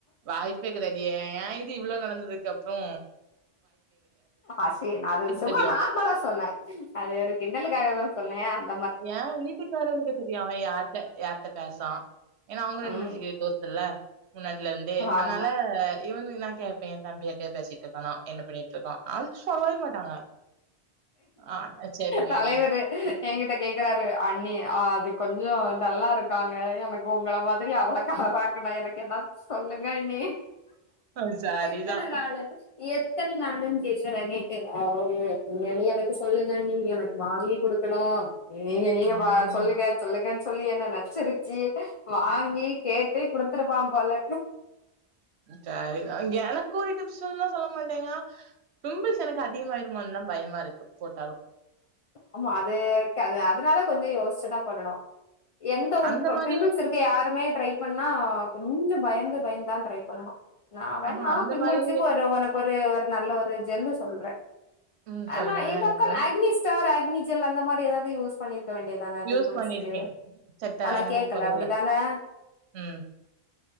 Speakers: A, on the right; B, on the left.
A: வாய்ப்பே கெடையாது ஏன் இது இவ்ளோ நடந்ததுக்கப்றோ
B: அசி அது சும்மா
A: தெரியு
B: நார்மலா சொன்னே அது ஒரு கிண்டலுக்காகதா சொன்னே அ
A: ஏன் வீட்டுக்காரருக்கு தெரியு அவ யார்ட்ட யார்ட்ட பேசறா ஏன்னா அவுங்க
B: ம்
A: <unintelligible> தோஸ்த்தில்ல முன்னாடில இருந்து அதனால
B: ஆமா
A: இவன நா கேப்பே ஏன் தம்பி யார்கிட்டயாது பேசிட்ருக்கானா என்ன பண்ணிட்ருக்கா அது சொல்லவே மாட்டாங்க ஆ சேரி நீ
B: தலைவரு என்கிட்ட கேக் கறாரு அண்ணி் அது கொஞ் சோ டல்லா இருக்காங்க எனக்கு உங்கள மாதிரி அவள கலராக்கணு எனக் எதாச்சு சொல்லுங்க அண்ணி
A: ஆ சாரிதா
B: எத்தன நாளு எத்தன நாளுன்னு கேக்கற நேத்து அவரு நீங்க நீங்க எனக்கு சொல்லுங்க அண்ணி எனக்கு வாங்கி குடுக்கணு நீங்க நீங்க
A: ம்
B: வா சொல்லுங்க சொல்லுங்கன்னு சொல்லி என்ன நச்சரிச்சு வாங்கி கேட்டு குடுத்துருப்பா போல
A: அ சரி ஆ எனக்கு ஒரு டிப்ஸ் சொல்னா சொல்ல மாட்டீங்கா பிம்பிள்ஸ் எனக்கு அதிகமாய்ருமோன்தா பயமா இருக்கு போட்டாலு
B: ஆமா அதுக் அது அதனால கொஞ்ச யோசிச்சுதா பண்ணனு எந்த ஒரு
A: அந்த
B: ப
A: மாரி
B: பிம்பிள்ஸ் இருக்க யாருமே ட்ரை பண் ணா கொஞ்ச பயந்து பயந்துதா ட்ரை பண்ணனு. நா வேண்ணா
A: ஆஹா அந்த
B: பிம்பிள்ஸுக்கு
A: மாரி
B: ஒரு உனக்கொரு ஒரு நல்ல ஒரு ஜெல்லு சொல்றே
A: ம் சொல்லுங்க
B: ஆனா எங்க
A: எனக்கு
B: அக்கா அக்னிஸ் வேற ஆக்னிஜெல் அந்த மாரி ஏதாவது யூஸ் பண்ணிரு க்க வேண்டியதான பிம்பிள்ஸுக்கு
A: யூஸ் பண்ணியிருக்கேன். செட்டா
B: ஆனா
A: எனக்கு
B: கேக்கல
A: குறையல.
B: அப்படிதான <inaudible>
A: ம்.